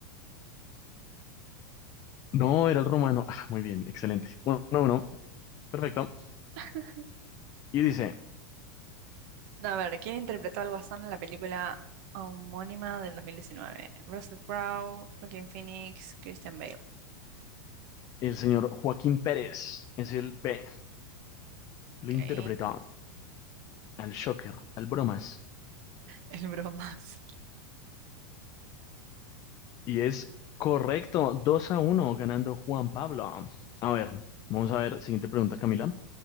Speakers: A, on the left; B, on the right.
A: No, era el romano. Ah, muy bien, excelente. Uno, uno, perfecto.
B: <laughs>
A: Y dice,
B: A ver, ¿quién interpretó al Guasón en la película homónima del 2019? Russell Crowe, Joaquin Phoenix, Christian Bale.
A: el señor Joaquín Pérez es el B.
B: Ok.
A: Lo interpreta
B: <laughs>
A: al Shocker, al Bromas,
B: El bromas.
A: Y es correcto, 2 a uno ganando Juan Pablo. A ver, vamos a ver, siguiente pregunta, Camila.